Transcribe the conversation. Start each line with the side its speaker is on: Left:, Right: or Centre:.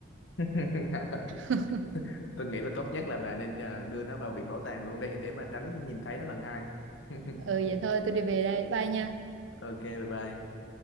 Left: <laughs>
Right: <laughs>
Left: tôi nghĩ là tốt nhất là bà nên ờ, đưa nó vào viện bảo tàng luôn đi để mà tránh nhìn thấy nó lần hai <laughs>
Right: ừ vậy thôi tôi đi về đây bye nha
Left: ok bye bye